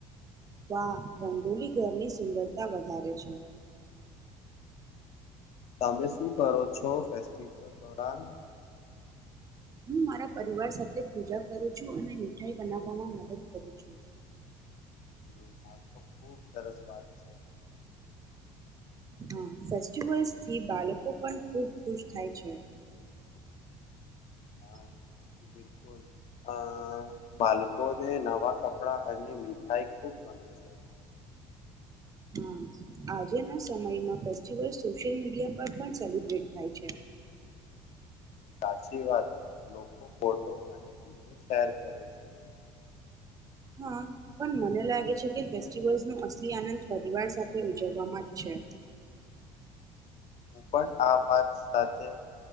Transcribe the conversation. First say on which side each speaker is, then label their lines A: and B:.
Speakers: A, on the right (about 25°); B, on the left (about 55°).
A: વાહ રંગોલી ઘરની સુંદરતા વધારે છે.
B: તમે શું કરો છો. ફેસ્ટિવલ દોરન
A: હું મારા પરિવાર સાથે પૂજા કરું છું અને મીઠાઈ બનાવવામાં મદદ કરું છું.
B: હ આ તો ખુબ સરસ વાત છે.
A: હા ફેસ્ટિવલ્સથી બાળકો પણ ખૂબ ખુશ થાય છે. <inaudible>
B: હા બિલકુલ અ બાળકો ને નવા કપડા અને મીઠાઈ ખુબ ગમે છે.
A: હા આજેના સમયમાં ફેસ્ટિવલ સોશિયલ મીડિયા પર પણ સેલિબ્રેટ થાય છે.
B: સાચી વાત લોકો ફોટોસ અને શેર કરે છે.
A: હા પણ મને લાગે છે કે ફેસ્ટિવલ્સનો અસલી આનંદ પરિવાર સાથે ઉજવવામાં જ છે.
B: હું પણ આ વાત સાથે